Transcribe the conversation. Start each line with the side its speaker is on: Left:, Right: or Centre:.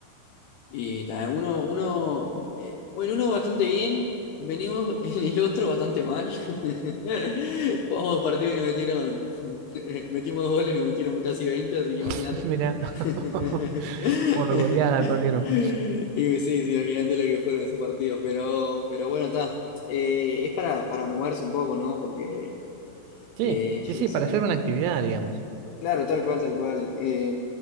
Left: Y ta, uno, uno, eh, en uno bastante bien, venimos <laughs> en el otro bastante mal. <laughs> Jugamos partido y nos metieron, <laughs> metimos dos goles y nos metieron casi veinte así que imagínate.
Right: <laughs> Mira,
Left: <laughs>
Right: <laughs> por goleada perdieron.
Left: Y sí, sí, imagínate lo que fueron esos partidos, pero, pero bueno, está. es para, para moverse un poco, ¿no? Porque
Right: Sí,
Left: eh,
Right: sí,
Left: yo
Right: sí,
Left: qué sé,
Right: para hacer una actividad, digamos.
Left: Claro, tal cual, tal cual. Eh,